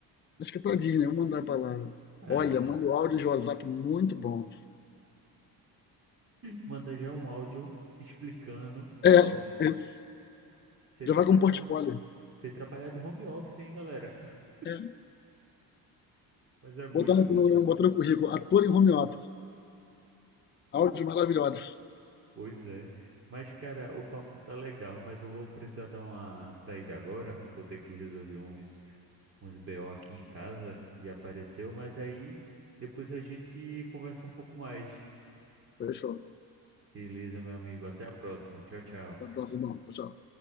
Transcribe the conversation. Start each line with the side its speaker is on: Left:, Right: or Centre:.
Left: acho que é pra Disney, eu vou mandar pra lá.
Right: Ah,
Left: Olha, mando áudios de WhatsApp muito bons.
Right: manda já um áudio explicando, olha,
Left: É, é isso.
Right: você
Left: Já
Right: trabalha,
Left: vai com um portfólio.
Right: você trabalhar de home office, hein, galera? <laughs>
Left: É.
Right: Mas é muito
Left: Botar no,
Right: bom.
Left: no, botar no currículo, ator em home office. Áudios maravilhosos.
Right: Pois é. Mas, cara, o papo tá legal, mas eu vou precisar dar uma saída agora. Vou ter que resolver uns, uns BO aqui em casa que apareceu, mas aí depois a gente conversa um pouco mais.
Left: Fechou.
Right: Beleza, meu amigo. Até a próxima. Tchau, tchau.
Left: Até a próxima. Tchau, tchau.